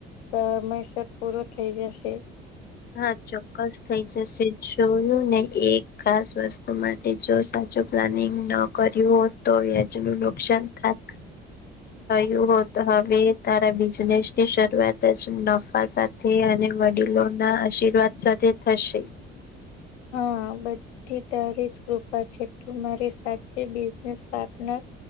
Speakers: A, on the left (about 75°); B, on the left (about 30°).
A: સમયસર પૂરો થઈ જશે.
B: હા ચોક્કસ થઈ જશે જોયુંને એક ખાસ વસ્તુમાં તે જો સાચું પ્લાનિંગ ન કર્યું હોત તો વ્યાજનું નુકસાન થાય? થયું હો તો હવે તારા બિઝનેસની શરૂઆત જ નફા સાથ થી અને વડીલોના આશીર્વાદ સાથે થશે.
A: હા બટ તે તારી જ કૃપા છે તું મારી સાચી બિઝનેસ પાર્ટનર